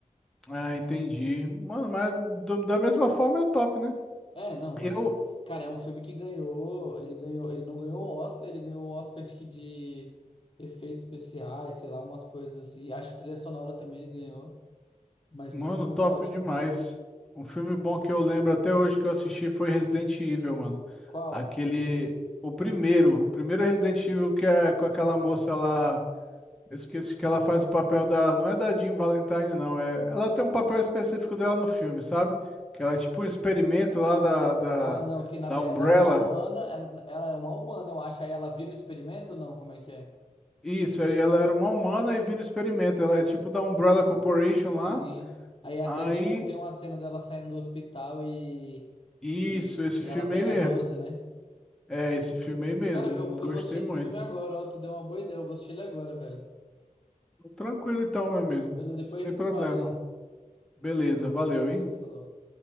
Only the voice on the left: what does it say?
É, não,
é. Cara, é um filme que ganhou, ele ganhou, ele não ganhou o Oscar, ele ganhou o Oscar de, de efeitos especiais, sei lá, umas coisas assim. Acho que trilha sonora também ele ganhou, mas
ele é um filme
ótimo.
Qual?
Ah, não, que na,
ve-
ela é uma humana, ela, ela é uma humana, eu acho. Aí ela vira o experimento? Não, como é que é?
Sim.
Sim.
Aí até
tem, um, tem uma cena dela saindo do hospital e,
e,
e
ela pega
a doze né?
Cara, eu, vou- eu
vou assistir esse
filme agora, ó. Tu deu uma boa ideia, eu vou assistir ele agora, velho.
Beleza, depois
a gente
se fala aí.
Falou,
falou.